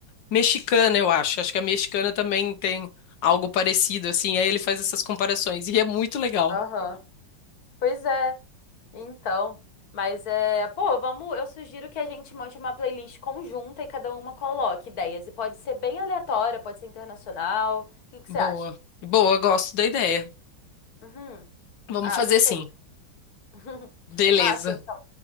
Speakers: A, on the left (about 75°); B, on the left (about 55°).
A: mexicana, eu acho. Acho que a mexicana também tem algo parecido, assim. Aí ele faz essas comparações e é muito legal.
B: aham. Pois é. Então, mas é, pô, vamos, eu sugiro que a gente monte uma playlist conjunta e cada uma coloque ideias. E pode ser bem aleatória, pode ser internacional. O que que
A: Boa.
B: você acha?
A: Boa, gosto da ideia.
B: Uhum.
A: Vamos
B: Ah,
A: fazer
B: perfeito.
A: sim.
B: <laughs>
A: Beleza.
B: Massa, então.